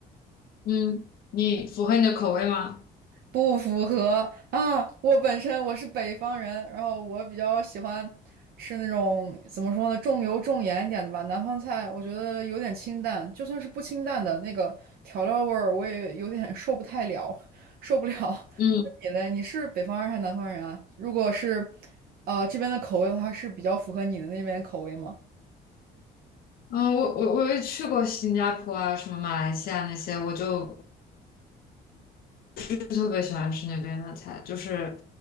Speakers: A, on the left; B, on the right.
A: 嗯，你符合你的口味吗？
B: 不符合啊！我本身我是北方人，然后我比较喜欢吃那种怎么说呢，重油重盐一点的吧。南方菜我觉得有点清淡，就算是不清淡的那个调料味儿，我也有点 <laughs> 受不太了，受不了。<laughs>
A: 嗯
B: 那你嘞？你是北方人还是南方人啊？如果是，呃，这边的口味的话，是比较符合你的那边口味吗？
A: 嗯，我我我也去过新加坡啊，什么马来西亚那些，我就特别喜欢吃那边的菜，就是